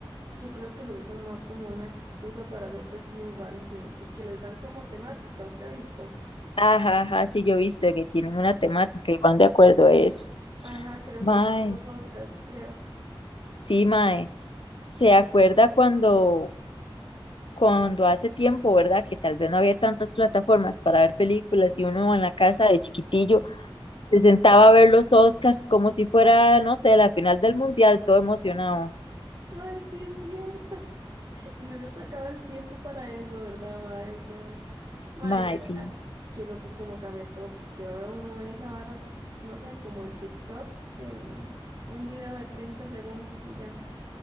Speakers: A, on the right; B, on the left.
A: yo creo que lo usan más como una excusa para hacer vestidos rarísimos, porque les dan como temática, ¿usted ha visto?
B: Ajá, ajá, sí, yo he visto que tienen una temática y van de acuerdo a eso.
A: Ajá, creo
B: Mae,
A: que sí son los Oscars, creo.
B: sí, mae. ¿Se acuerda cuando, cuando hace tiempo, ¿verdad? Que tal vez no había tantas plataformas para ver películas y uno en la casa de chiquitillo se sentaba a ver los Oscars como si fuera, no sé, la final del mundial, todo emocionado.
A: Mae, sí es cierto. Y uno sacaba el tiempo para eso, ¿verdad, mae? O sea, mae,
B: Mae,
A: y ahora,
B: sí.
A: qué loco cómo cambia todo, porque ahora uno ve esa vara, en- no sé, como en TikTok, en un video de 30 segundos y ya.